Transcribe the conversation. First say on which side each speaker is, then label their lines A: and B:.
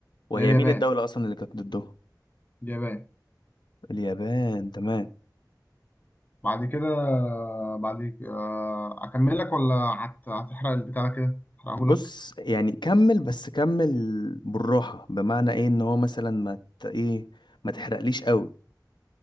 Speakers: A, on the left (about 80°); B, on the left (about 25°).
A: وهي
B: اللي هي
A: مين
B: اليابان
A: الدولة اصلا اللي كانت ضده
B: اليابان
A: اليابان تمام
B: بعد كده بعد آه، أكمل لك ولا هت- هتحرق البتاع ده كده أحرقهولك
A: بص يعني كمل بس كمل بالراحة بمعنى ايه ان هو مثلا ما ت... ايه ما تحرقليش قوي